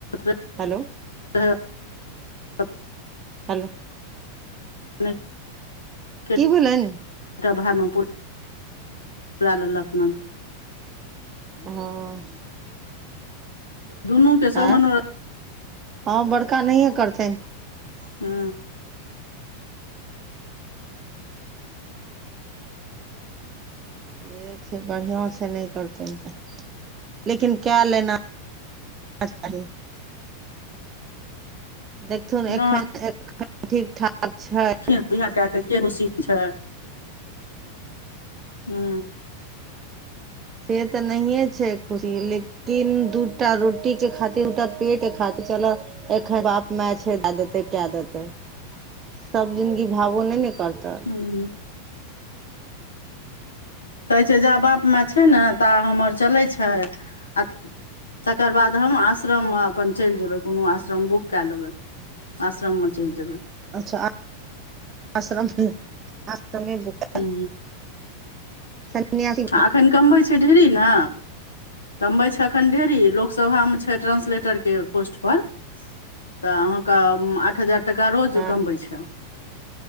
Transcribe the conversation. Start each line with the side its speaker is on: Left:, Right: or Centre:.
Left: रहै
Right: हेलो।
Left: <unintelligible>
Right: हेलो।
Left: <unintelligible>
Right: की भेलनि
Left: एकटा भाइमे पू <unintelligible> पूरा लेलक हन
Right: हँ
Left: दुनू के सब
Right: एअ
Left: मनोरथ
Right: हँ बड़का नहिए करथिन
Left: हू
Right: ठीके छै बढ़िआँ छै नइ करतै तऽ लेकिन कए लेना चाही देखथुन एखन
Left: नहि
Right: एखन ठीक ठाक छै
Left: बिहा कए कऽ के खुशी छै हू
Right: से तऽ नहिए छै खुशी लेकिन तीन दूटा रोटी के खातिर दूटा पेट के खातिर चलऽ एखन बाप माय छै देऽ देते केऽ देते सब जिंदगी भावो नय नऽ करतै
Left: हू कहै छै जा बाप माय छै नऽ ता हमर चलैत छै आ तकर बाद हम आश्रम मऽ अपन चैल जेबै कोनो आश्रम बुक केऽ लेबै आश्रममे चैल जेबै
Right: अच्छाश्रम आश्र <unintelligible>
Left: हू
Right: सन्यासी <unintelligible>
Left: आ अखन कमबै छै ढिरी नऽ कमबै छै अखन ढेरी लोकसभामे छै ट्रानंसलेटरके पोस्टपर तऽ अहाँके आठ हजार टाका रोज
Right: हँ
Left: ओ कमबै छै